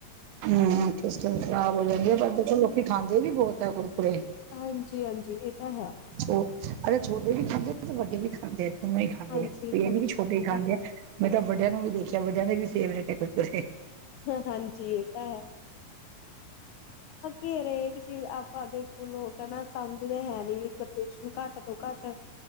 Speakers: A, on the right (about 90°); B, on the left (about 80°).
A: ਹੂ। ਸਿਸਟਮ ਖਰਾਬ ਹੋ ਜਾਂਦੀ ਪਰ ਦੇਖੋ ਲੋਕੀ ਖਾਂਦੇ ਵੀ ਬਹੁਤ ਹੈ ਗੁਰਕਰੇ।
B: ਹਾਂਜੀ- ਹਾਂਜੀ। ਇਹ ਤਾਂ ਹੈ।
A: ਛ ਅ ਛੋਟੇ ਵੀ ਖਾਂਦੇ ਤੇ, ਵੱਡੇ ਵੀ ਖਾਂਦੇ। ਊ ਹੀ ਖਾਂਦੇ
B: ਹਾਂਜੀ
A: ਆ ਕੋਈ ਇਹ
B: ਹਾਂਜੀ
A: ਨੀ ਕਿ ਛੋਟ ਹੀ ਖਾਂਦੇ
B: ਤਾਂ ਹੈ
A: ਆ। ਮੈਂ ਤਾਂ ਵੱਡਿਆਂ ਨੂੰ ਵੀ ਦੇਖਿਆ, ਵੱਡਿਆਂ ਦੇ ਵੀ ਫੇਵਰੇਟ ਹੈ।
B: ਹਾਂਜੀ। ਇਹ ਤਾਂ ਹੈ। ਹਰੇਕ ਚੀਜ਼ ਆਪਾਂ ਦੇਖੋਲੋ। ਕਹਿਣਾ ਸਮਝਦੇ ਹੈ ਨੀ ਵੀ ਪ੍ਰਦੂਸ਼ਣ ਘੱਟ ਤੋਂ ਘੱਟ,